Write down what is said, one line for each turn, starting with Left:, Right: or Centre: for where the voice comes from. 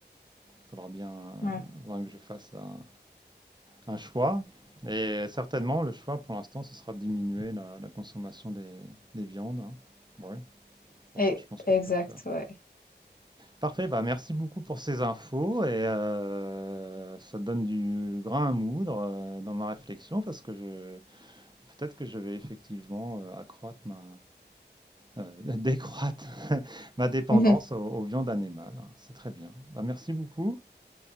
Right: il faudra bien
Left: Ouais.
Right: euh, que je fasse un, un, choix. Et certainement, le choix pour l'instant, ce sera de diminuer la, la consommation des, des viandes. Hein. Oui, pour
Left: et
Right: ça, je pense que
Left: exact,
Right: je peux le faire.
Left: ouais.
Right: Parfait, bah merci beaucoup pour ces infos. Et euh, ça donne du grain à moudre euh, dans ma réflexion parce que je, peut-être que je vais effectivement euh, accroître ma, euh, décroître <laughs> ma dépendance
Left: <laughs>
Right: aux, aux viandes animales. C'est très bien. Bah, merci beaucoup.